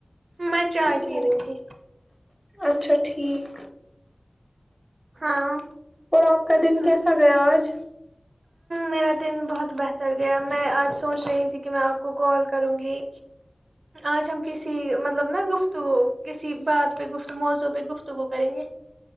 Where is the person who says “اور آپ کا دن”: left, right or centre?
Centre